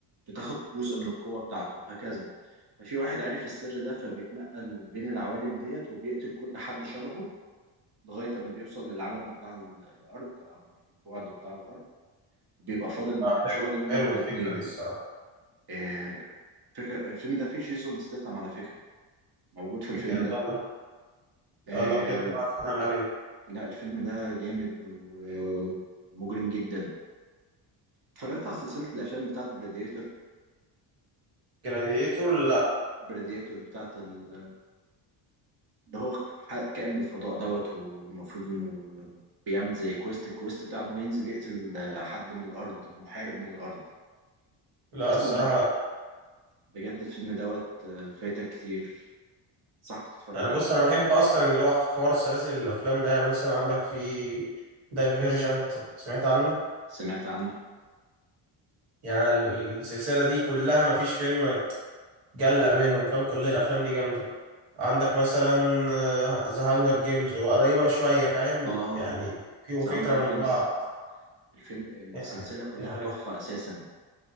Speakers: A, on the right (about 50°); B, on the right (about 75°).
A: بتاخد جزء من القوة بتاعته وهكذا ففي واحد عارف السر ده فبيتنقل بين العوالم ديت وبيقتل كل حد شبهه لغاية ما بيوصل للعالم بتاع ال- الأرض أو البعد بتاع الأرض وبيبقى فاضل
B: لا،
A: مش
B: حلو
A: فاضل منه
B: حلو
A: غير
B: الفكرة
A: اتنين
B: دي الصراحة
A: آه، فكرة الفيلم ده فيه جيسون ستيتم على فكرة موجود في
B: بجد
A: الفيلم ده
B: والله
A: آه،
B: لا، لو كده بقى اتفرج عليه
A: لا الفيلم ده جامد ومجرم جدا اتفرجت على سلسلة الأفلام بتاعت براديتور
B: جلاديتور لا
A: براديتور بتاعت ال- اللي هو ح- كائن من الفضاء دوت والمفروض إنه بيعمل زي كويست الكويست بتاع إنه ينزل يقتل آه، حد من الأرض محارب من الأرض
B: لا
A: اسمه
B: الصراحة لا
A: بجد الفيلم دوت آه، فايتك كتير صح تتفرج
B: انا
A: عليه
B: بص انا بحب اصلا اللي هو حوار سلاسل الافلام ده يعني مثلا عندك في دايفيرجنت سمعت عنه
A: سمعت عنه
B: يعني ال- السلسله دي كلها ما فيش فيلم جلة منهم فاهم كل الافلام دي جامده عندك مثلا ذا هانجر جيمز هو قريبه شويه فاهم
A: اه
B: يعني فيهم
A: ذا
B: فكره
A: هانجر
B: من
A: جيمز
B: بعض
A: الفيلم السلسلة
B: يعني
A: كلها
B: يعني
A: تحفة أساسا